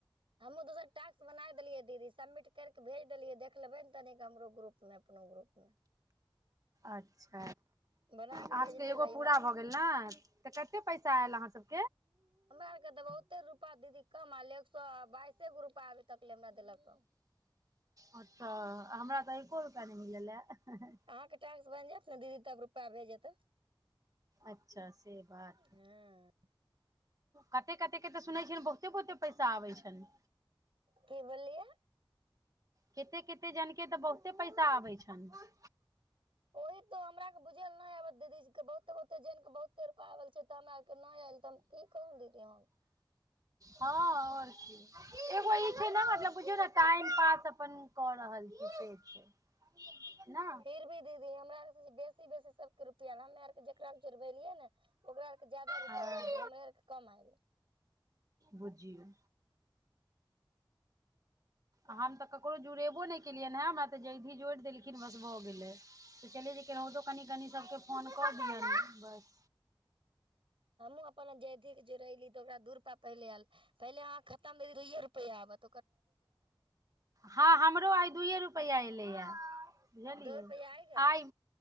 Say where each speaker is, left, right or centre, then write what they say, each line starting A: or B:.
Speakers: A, on the right; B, on the right.
A: हमहूँ दोसर टास्क बनाय देलियै दीदी सबमिट कर क भेज देलियै देख लेबै ने तनिक हमरो ग्रुप मे अपनो ग्रुप मे।
B: अच्छा
A: बना के
B: अहाँ
A: भेजले
B: सबके एगो
A: रहै
B: पूरा भऽ गेल न तऽ कते पैसा आयल अहाँ सबके।
A: हमरा आरके तऽ बहुते रुपा दीदी कम आल एक सए बाइसे गो रुपाआ अभी तक ले हमरा देलक अ।
B: आत तऽ हमरा तऽ एको रुपआ नहि मिलल ह।
A: अहाँके टास्क बनि जायत ने दीदी तब रुपा भेज जेतै
B: अच्छा से बात
A: हँ
B: कते कते तऽ सुनै बहुते बहुते। पैसा आबै छनि
A: की बोललियै
B: केते केते जनके तऽ बहुते पैसा आबै छनि।
A: ओही तो हमरा आरके बुझै लए नहि आबत दीदीजे बहुते बहुते जन के बहुते रूपा आबल छै तऽ हमरा आरके नहि आयल त हम की कहुँ दीदी हम।
B: हँ और कि एगो ई छै न मतलब बुझिऔ न टाइम पास। अपन कऽ रहल छी से छै ने
A: फिर भी दीदी हमरा बेस बेसी, बेसी सभके रुपैआ ल हमे आरके जकरा जोरबेलियै ने ओकरा आरके जादा रुपैआ
B: हँ
A: आल दीदी हमरा आरके कम आयलै।
B: बुजियौ आ हम तऽ ककरो जुड़ेबो नहि केलियनि हेँ हमरा तऽ जयधि जोड़ि देलखिन, बस भऽ गेलै सोचलिए केनाहितो कनि कनि सभकेँ फोन कऽ। दियनि बस
A: अपन जे जे रहैली त ओकरा दूर प पहिलेयल पहिले अहाँ खतम भेल दुइए रु, प यावत
B: हँ हमरो आइ दुइए रुपैआ एयलैए बुझलियै
A: दू रुपैआ गेल
B: आइ,